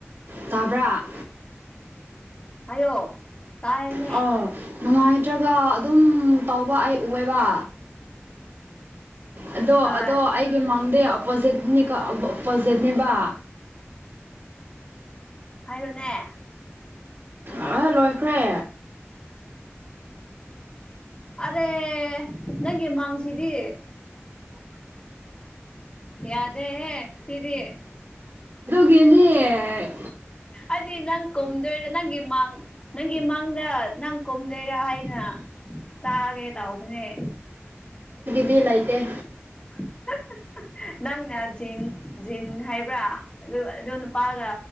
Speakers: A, on the right (about 60°); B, on the left (about 25°).
A: ꯇꯥꯕ꯭ꯔꯥ
B: ꯍꯥꯌꯣ ꯇꯥꯑꯦꯅꯦ
A: ꯑꯧ ꯅꯨꯡꯉꯥꯏꯇ꯭ꯔꯒ ꯑꯗꯨꯝ ꯇꯧꯕ ꯑꯩ ꯋꯦꯕ ꯑꯗꯣ
B: ꯍꯣꯏ
A: ꯑꯗꯣ ꯑꯩꯒꯤ ꯃꯥꯡꯗꯦ ꯄꯣꯖꯦꯠꯅꯤꯀ ꯑꯕꫭ ꯄꯣꯖꯦꯠꯅꯤꯕ
B: ꯍꯥꯏꯔꯣꯅꯦ
A: ꯑꯥ ꯂꯣꯏꯈ꯭ꯔꯦ
B: ꯑꯔꯦ ꯅꯪꯒꯤ ꯃꯥꯡꯁꯤꯗꯤ ꯌꯥꯗꯦꯍꯦ ꯁꯤꯗꯤ
A: ꯀꯅꯤꯑꯦ
B: ꯑꯩꯗꯤ ꯅꯪ ꯀꯣꯝꯗꯣꯏꯔ ꯅꯪꯒꯤ ꯃꯥꯡ ꯅꯪꯒꯤ ꯃꯡꯗ ꯅꯪ ꯀꯨꯝꯗꯣꯏꯔꯥ ꯍꯥꯏꯅ ꯇꯥꯒꯦ ꯇꯎꯕꯅꯦ
A: ꯗꯤ ꯂꯩꯇꯩ
B: <unintelligible> ꯅꯪꯅ ꯖꯤꯟ ꯖꯤꯟ ꯍꯥꯏꯕ꯭ꯔꯥ ꯑꯗꯨ ꯑꯗꯨ ꯅꯨꯄꯥꯒ